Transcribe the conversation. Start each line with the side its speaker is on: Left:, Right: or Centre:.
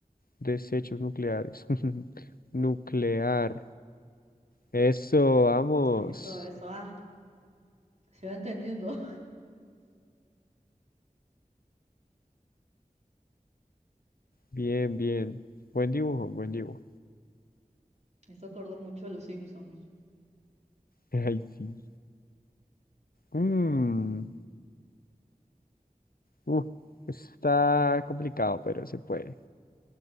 Left: Desechos nucleares. <laughs> Nuclear. Eso, vamos.
Right: Eso, eso, ah, se va entendiendo.
Left: Bien, bien. Buen dibujo, buen dibujo.
Right: Me hizo acordar mucho de los Simpsons.
Left: <laughs> Ay, sí. Mm, uf, está complicado, pero se puede.